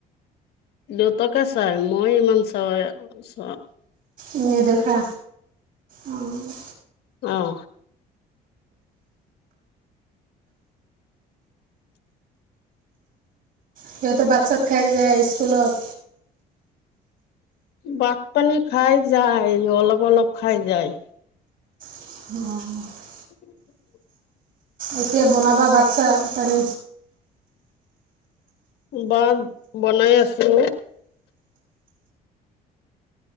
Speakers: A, on the left; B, on the right.
A: দেউতাকে চাই মই ইমান চা চ
B: ইেই দেখা অ <unintelligible>
A: অঁ।
B: সিহঁতে ভাত চাত খাই যায় স্কুলত?
A: ভাত পানী খাই যায় অলপ অলপ খাই যায়।
B: অ <unintelligible>
A: <inaudible>
B: এতিয়া বনাব বাচ্ছা পানি
A: বান বনাই আছো।